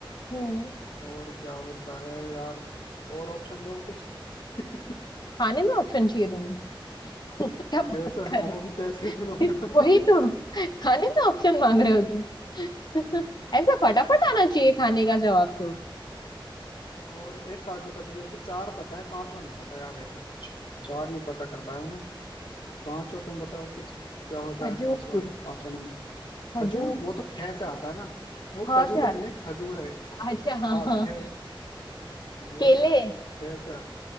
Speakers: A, on the left; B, on the left.
A: हम्म।
B: और क्या होता है यार और ऑप्शन दो कुछ <laughs>
A: खाने में ऑप्शन चाहिए तुम्हें <laughs> क्या बात
B: कैसे
A: कर
B: हाँ
A: रहे
B: वो भी कैसे शुरू होने
A: हो
B: वाले
A: <laughs> वही तो खाने में ऑप्शन
B: <laughs>
A: मांग रहे हो तुम <laughs> ऐसा फटाफट आना चाहिए खाने का जवाब तो
B: और एक काजू कतली होती चार पता है पांचवा नहीं पता यार ऐसा कुछ चार ही पता कर पाया हूं मैं पांचवा तुम बताओ कुछ क्या होता
A: खजूर
B: है पांचवा पांचवा नंबर
A: खजूर
B: खजूर वो तो खे से आता है ना वो
A: ख
B: खजूर
A: से आता
B: नहीं है खजूर है
A: अच्छा
B: खा
A: हाँ हाँ
B: खे वो
A: केले
B: खे से आता-